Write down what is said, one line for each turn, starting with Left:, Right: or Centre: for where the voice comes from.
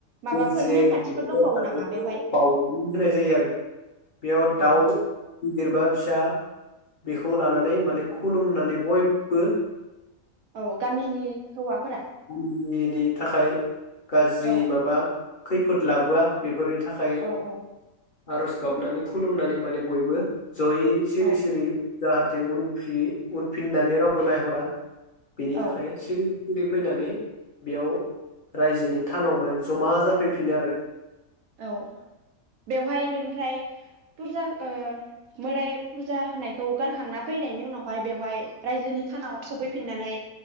Right: माबाफोर
Left: गेजेराव
Right: नेमखान्थिफोर
Left: दोननानै
Right: दंबावो
Left: माने
Right: नामा बेवहाय
Left: बाउनानै होनाय जायो आरो बेया दाउ
Right: औ
Left: गिदिर बा फिसा बेखौ लानानै माने खुलुमनानै बयबो
Right: औ गामिनि हौवाफोरा?
Left: निनि थाखाय गाज्रि
Right: औ
Left: माबा खैफोद लाबोआ बेफोरनि थाखाय
Right: औ औ
Left: आरज गाबनानै फु खुलुमनानै माने बयबो जयै सिरि
Right: औ
Left: सिरि जाहाथे उन फि उनफिननानै रावबो नायहरा बेनि
Right: औ
Left: थाखाय सिरि सिरि फैनानै बेयाव रायजोनि थानाव माने जमा जाफैफिनो आरो।
Right: औ बेवहाय बेनिफ्राय फुरजा ओ मोदाय फुरजा होनायखौ गारखांना फैनायनि उनावहाय बेवहाय रायजोनि थानाव सफैफिननानै